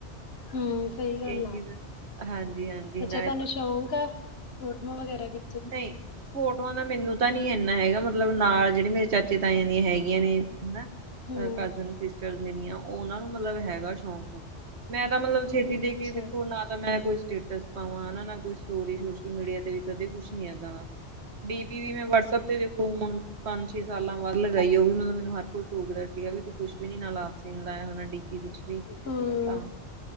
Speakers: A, on the left; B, on the right.
A: ਹਮ ਸਹੀ ਗੱਲ
B: ਇਹ
A: ਆ,
B: ਚੀਜ਼ ਹਾਂਜੀ ਹਾਂਜੀ
A: ਅੱਛਾ
B: ਨਾਲੇ
A: ਤੁਹਾਨੂੰ ਸ਼ੌਂਕ ਆ। ਫੋਟੋਆਂ ਵਗੈਰਾ ਖੀ
B: ਨਹੀਂ। ਫੋਟੋਆਂ ਦਾ ਮੈਨੂੰ ਤਾਂ ਨੀ ਇੰਨਾ ਹੈਗਾ, ਮਤਲਬ ਨਾਲ ਜਿਹੜੇ ਮੇਰੇ ਚਾਚੇ ਤਾਾਈਆਂ ਦੀਆਂ ਹੈਗੀਆਂ ਨੇ ਹਨਾ।
A: ਹੂੰ
B: ਅ ਕਜ਼ਨ ਸਿਸਟਰ ਜਿੜੀਆਂ ਉਹ ਉਹਨਾਂ ਨੂੰ ਮਤਲਬ ਹੈਗਾ ਸ਼ੌਕ। ਮੈਂ ਤਾਂ ਮਤਲਬ ਛੇਤੀ ਦੇ
A: ਅੱਛਾ
B: ਕੇ ਦੇਖੋ ਨਾ ਮੈਂ ਕੋਈ ਸਟੇਟਸ ਪਾਵਾਂ ਨਾ ਕੋਈ ਸਟੋਰੀ ਸੋਸ਼ਲ ਮੀਡੀਆ ਤੇ ਵੀ ਕਦੇ ਕੁਛ ਨੀ ਏਦਾਂ ਦਾ। ਡੀ ਪੀ ਵੀ ਮੈਂ ਵਟਸਐਪ ਤੇ ਦੇਖੋ ਹੁਣ ਪੰਜ ਛੇ ਸਾਲਾਂ ਬਾਅਦ ਲਗਾਈ ਉਹ ਵੀ ਮਤਲਬ ਮੈਨੂੰ ਹਰ ਕੋਈ ਟੋਕਦਾ ਠੀਕਾ ਵੀ ਤੂੰ ਕੁਛ ਵੀ ਨੀ ਨਾ ਸੀ ਲਾਇਆ ਓਥੇ ਡੀ ਪੀ ਕੁਛ ਵੀ
A: ਹਮ।
B: ਤਾਂ